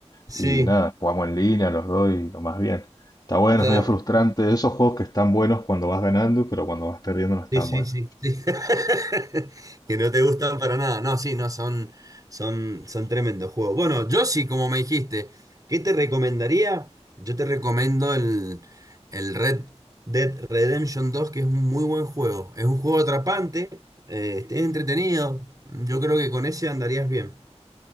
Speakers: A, on the right; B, on the left.
A: Sí,
B: Y nada, jugamos en línea los dos y lo más bien. Está bueno,
A: claro.
B: es medio frustrante. Esos juegos que están buenos cuando vas ganando, pero cuando vas perdiendo no están
A: Sí, sí,
B: buenos.
A: sí, sí. <laughs> Que no te gustan para nada. No, sí, no, son, son, son tremendos juegos. Bueno, yo sí, como me dijiste, ¿qué te recomendaría? Yo te recomiendo el, el Red Dead Redemption dos que es un muy buen juego. Es un juego atrapante, eh, es entretenido. Yo creo que con ese andarías bien.